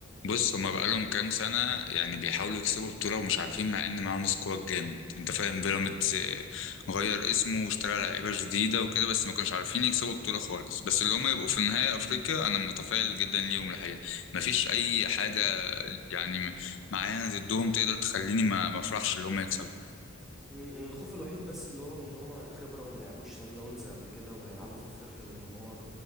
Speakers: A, on the left; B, in the centre.
A: بص هما بقالهم كام سنة يعني بيحاولوا يكسبوا بطولة ومش عارفين مع إن معاهم سكواد جامد أنت فاهم بيراميدز آه، غير اسمه واشترى لعيبة جديدة وكده بس ما كانوش عارفين يكسبوا بطولة خالص بس اللي هما يبقوا في النهاية أفريقيا أنا متفائل جدا ليهم الحقيقة مفيش أي حاجة يعني م- معانا ضدهم تقدر تخليني ما ما أفرحش اللي هما يكسبوا
B: مم، الخوف الوحيد بس اللي هو من ان هما الخبرة وما لعبوش صن داونز قبل كده وهيلعبوا في افريقيا بالنهار